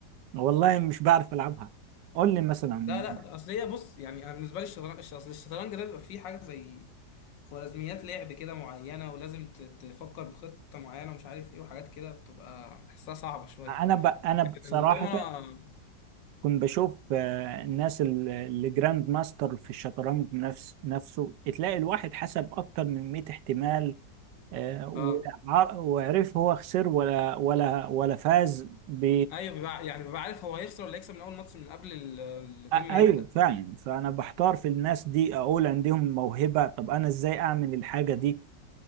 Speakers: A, on the right; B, on the left.
A: والله مش بعرف العبها قول لي مثلا
B: لا لا ده اصل هي بص يعني انا بالنسبه لي الشطرنج اصل الشطرنج ده بيبقى فيه حاجه زي خوارزميات لعب كده معينه ولازم ت- تفكر بخطه معينه ومش عارف ايه وحاجات كده بتبقى بحسها صعبه شويه
A: انا ب... انا بصراحة
B: لكن الدومنه
A: كنت بشوف آه، الناس ال- اللي جراند ماستر في الشطرنج نفس نفسه تلاقي الواحد حسب اكتر من 100 احتمال آه، وع-
B: اه
A: وعرف هو خسر ولا ولا ولا فاز ب
B: ايوه بيبقى يعني بيبقى عارف هو هيخسر ولا هيكسب من اول ماتش من قبل ال- الجيم
A: أ-
B: ما
A: ايوه
B: يبدا
A: فعلا فانا بحتار في الناس دي اقول عندهم موهبة طب انا ازاي اعمل الحاجة دي